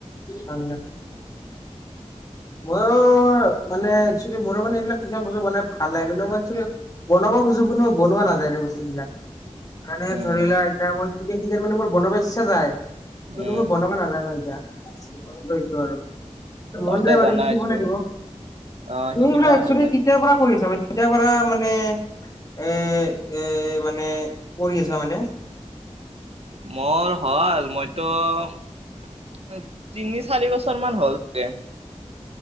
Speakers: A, on the left; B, on the right.
A: অ <unintelligible> মইও মানে এইবিলাক মোৰো মানে এইবিলাক কিছুমান বস্তু বনাই ভাল লাগে কিন্তু মইনলি বনাব। <unintelligible> এনেকুৱা কোনো বনোৱা নাযায়ৰে বস্তু বিলাক। <unintelligible> মানে
B: উম
A: ধৰি লোৱা এতিয়া মোৰ চিকেন টিক মানে মোৰ বনাব ইচ্ছা যায়। <unintelligible> কিন্তু
B: উম
A: মই বনাব নাজানো এতিয়া আনন্দ হৈছো আৰু।
B: মই
A: মন
B: এতিয়া
A: যায় বাৰু
B: জনা
A: সিকিব
B: হৈছো
A: লাগিব
B: অ
A: তুমি
B: শিকিবা
A: এইবাক একেল
B: ভাল লাগে
A: কেতিয়াৰ পৰা কৰিছা। <unintelligible> পূজা পৰা মানে এ এ মানে কৰি আছা মানে।
B: মোৰ হল মইতো তিনি, চাৰি বছৰ মান হ'ল যে।